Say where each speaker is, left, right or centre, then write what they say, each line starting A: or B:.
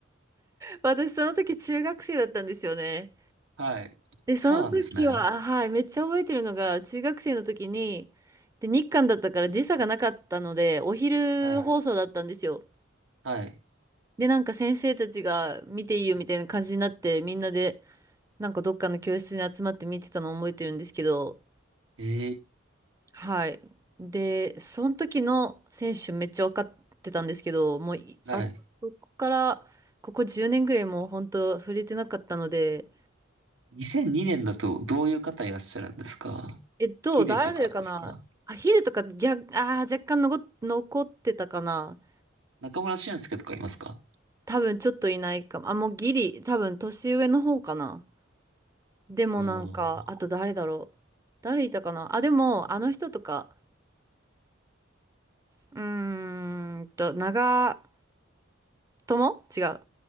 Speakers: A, on the right; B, on the right.
A: 私その時中学生だったんですよね。
B: はい。
A: で、
B: そうなんですね。
A: その時は、はい、めっちゃ覚えてるのが、中学生の時に、で、日韓だったから時差がなかったので、お昼放送だったんですよ。
B: はい。はい。
A: で、なんか先生たちが見ていいよみたいな感じになって、みんなで、なんかどっかの教室に集まって見てたのを覚えてるんですけど、
B: えー、
A: はい。で、その時の選手めっちゃ分かってたんですけど、もうい、
B: はい。
A: あ、そこから、ここ10年ぐらいもう本当触れてなかったので、
B: 2002年だとどういう方いらっしゃるんですかヒデとかですか
A: え、っと誰かなあ、ヒデとか逆、あー、若干残残ってたかな
B: 中村俊輔とかいますか
A: 多分ちょっといないかも。あ、もうギリ、多分年上の方かなでもなんか、
B: ああー。
A: あと誰だろう誰いたかなあ、でも、あの人とか、うーんと、長友違う。